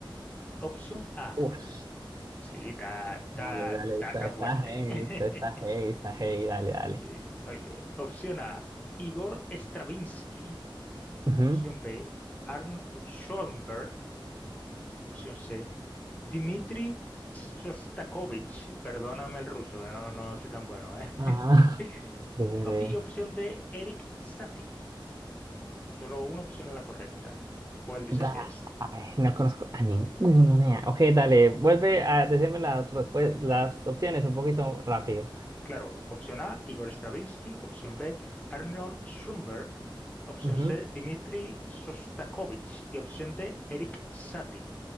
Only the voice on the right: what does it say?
Uf,
dale,
dale,
está,
está
heavy,
está, está heavy, está heavy, dale, dale.
Ujú.
Ajá.
<laughs> Veré.
Da-
Ay, no conozco a ninguno, nea. Ok, dale, vuelve a decirme las, respue- las opciones un poquito rápido.
Ujú.